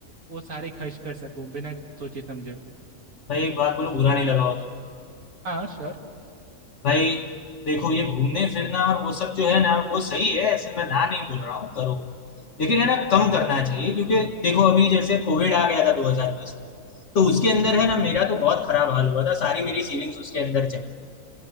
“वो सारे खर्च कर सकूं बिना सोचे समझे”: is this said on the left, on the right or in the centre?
Right